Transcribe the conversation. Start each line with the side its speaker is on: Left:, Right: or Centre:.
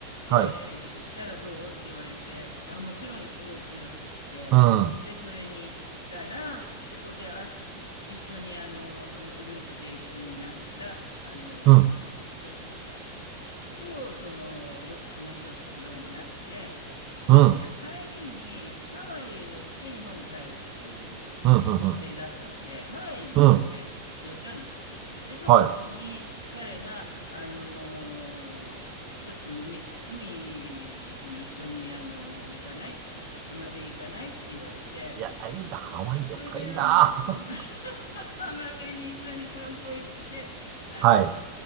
Left: で、
Right: はい。
Left: 行ったらどうって言われて、あ、もちろん行くよ行くよって言って、
Right: うん。
Left: で、それに行ったら、そこであ、一緒にあの、そのグループで一緒になった、あの、
Right: うん。
Left: 人と、その、よく話をするようになって、それで帰りにハワイへ寄って日本に帰るってい
Right: うん。うん。うん。
Left: う行程だったので、
Right: うん。うん
Left: ハワイに
Right: うん。
Left: 寄ったんですよ。で、その時に彼が、
Right: は
Left: あのーちょっと海、海に一緒に、あのー行かないって、浜辺行かないって言われて、
Right: い。いや、いいな、ハワイですか、
Left: それで、
Right: いいな。
Left: あのー <laughs>
Right: <laughs>
Left: 浜辺に一緒に散歩行って、あの
Right: はい。